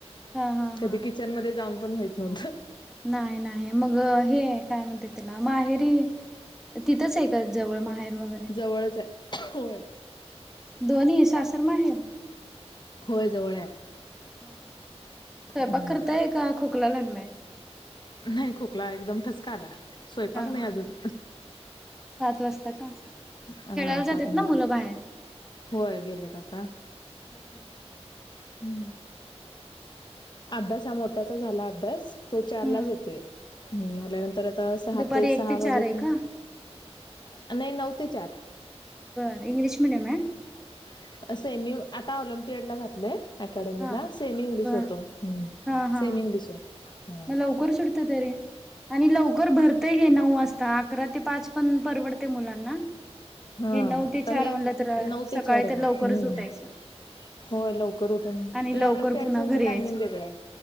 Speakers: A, in the centre; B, on the left (about 40°).
A: हा
B: कधी
A: हा.
B: किचन मध्ये जाऊन पण होयत नव्हतं
A: नाही नाही मग हे काय म्हणते तला माहेरी तिथंच आहे का जवळ माहेर वगैरे
B: जवळच आहे होय
A: दोन्ही असासर माहेर
B: होय जवळ
A: हा-हा स्वयंपाक
B: आहे
A: करताय का खोकला लागलाय?
B: नाही खोकला एकदम ठसका आला स्वयंपाक
A: हा
B: नाही
A: हा
B: अजून
A: सात वाजता का खेळायला
B: हा
A: जातेत
B: सात मिनिटं
A: ना मुलं बाहेर
B: होय गेलेत आता
A: हा- हा..
B: हम्म अभ्यास हा मोठ्याचा झाला अभ्यास तो चारलाच
A: हम्म
B: येतोय हम्म आल्यानंतर आता सहा
A: दुपारी
B: ते सहा
A: एक चार
B: वाजेप
A: आहे का
B: नाही नऊ ते चार
A: बर इंग्लिश मिडीयम आहे
B: <unintelligible> ् मी आता ऑलिम्पियड ला घातलंय अकॅडमीला
A: हा
B: सेमी इंग्लिश
A: बर
B: होत हम्म
A: हा हा
B: सेमी इंग्लिश आहे. हा
A: मग लवकर सुटतय तरी आणि लवकर भरतय हे नऊ वाजता अकरा ते पाच पण परवडतय मुलांना
B: हा
A: हे नऊ
B: आता
A: ते चार
B: हे
A: म्हणलं तर
B: नऊ ते
A: सकाळी
B: चार आहे
A: तर लवकरच
B: हम्म
A: उठायचं
B: होय लवकर उठून
A: आणि
B: ते
A: लवकर
B: ऑलिमपियाडच
A: पुन्हा
B: त्यांच
A: घरी
B: टायमिंग
A: यायचं
B: वेगळाय,